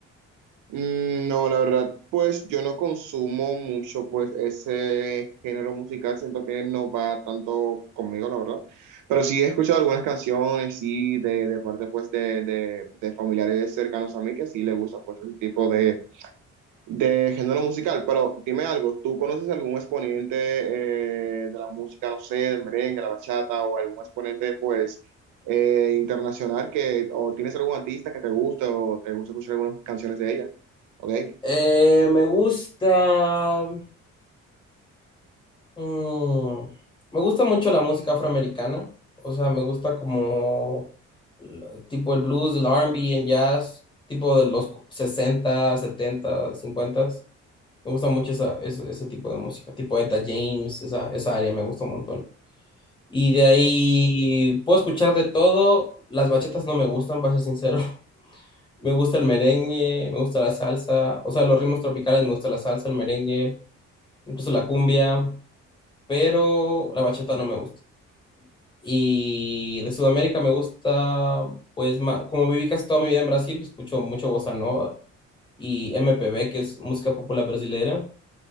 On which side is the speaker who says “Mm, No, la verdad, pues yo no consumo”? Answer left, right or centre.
Right